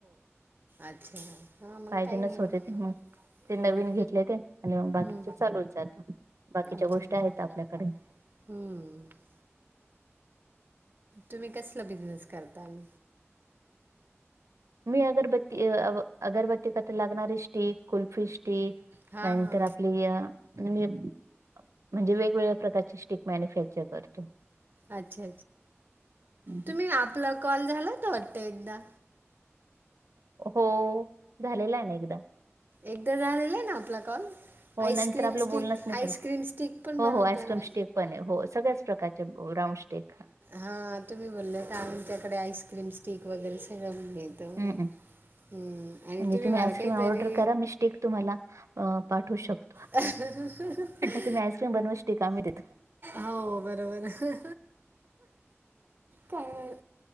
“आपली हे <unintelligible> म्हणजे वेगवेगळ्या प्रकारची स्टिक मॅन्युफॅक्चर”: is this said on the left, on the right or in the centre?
Right